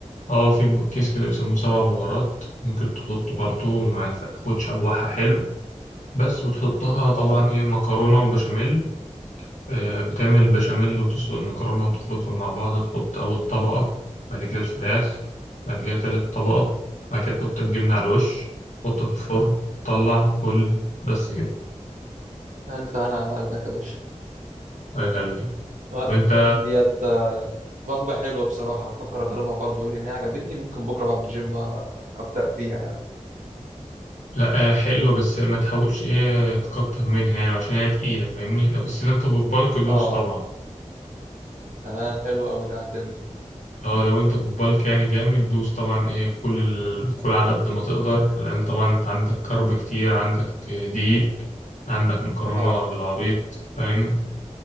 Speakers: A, on the left (about 75°); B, on the right (about 80°).
A: اه في ب- كيس كده بيسموه سبع بهارات ممكن تحطه برضو مع الفراخ وتشوحها حلو بس وتحطها طبعا
B: اه
A: ايه مكرونة وبشاميل آه، بتعمل البشاميل وتسلق المكرونة وتخلطهم مع بعض تحط أول طبقة بعد كده الفراخ بعد كده تالت طبقة بعد كده تحط الجبنة على الوش تحطه في الفرن طلع كل بس كده
B: الف انا على قلبك يا باشا
A: أكل ليه.
B: و-
A: وأنت
B: ديت آه، وجبه حلوه بصراحه هفكر اجربها برضو لان هي عجبتني ممكن بكره بعد الجيم آه، ابدا فيها يعني
A: لأ آه، حلوة بس ما تحاولش إيه تكتر منها يعني عشان هي تقيلة فاهمني لو بس لم بالك دوس
B: اه
A: طبعا
B: تمام حلو قوي ده هتمني
A: اه لو انت بتبالك يعني جامد دوس طبعا ايه كل ال- كل على قد ما تقدر لان طبعا انت عندك كرب كتير عندك دقيق عندك مكرونة
B: اه
A: بالعبيط فاهم